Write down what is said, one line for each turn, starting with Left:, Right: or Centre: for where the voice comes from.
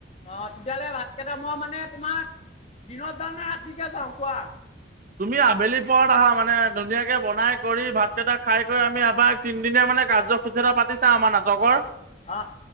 Left: অ তেতিয়াহ'লে ভাতকেইটা মই মানে তোমাৰ দিনত যাওঁ নে ৰাতিকে যাওঁ কোৱা।
Right: তুমি আবেলি পৰত আহা মানে ধুনীয়াকে বনাই কৰি ভাত কেইটা খাই কৰি আমি আবাৰ তিনদিনীয়া মানে। মানে কাৰ্যসূচীতা পাতিছা আমাৰ নাটকৰ।
Left: আহ